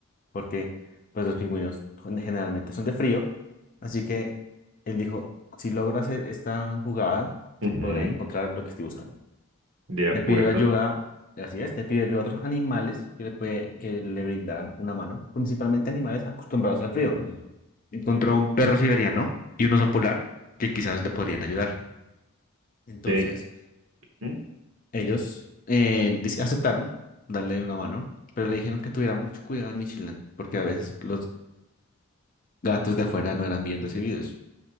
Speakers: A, on the left; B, on the right.
A: porque pues los pingüinos son- generalmente son de frío, así que él dijo, si logro hacer esta jugada,
B: ujú,
A: podré encontrar lo que estoy buscando.
B: de acuerdo.
A: Le pidió ayuda, así es, le pidió ayuda a otros animales que le, puede- que le brindaran una mano, principalmente animales acostumbrados al frío. Encontró un perro siberiano y un oso polar que quizás le podrían ayudar. Entonces,
B: De, ujú,
A: Ellos eh, dis- aceptaron darle una mano, pero le dijeron que tuviera mucho cuidado en Michelin, porque a veces los gatos de afuera no eran bien recibidos.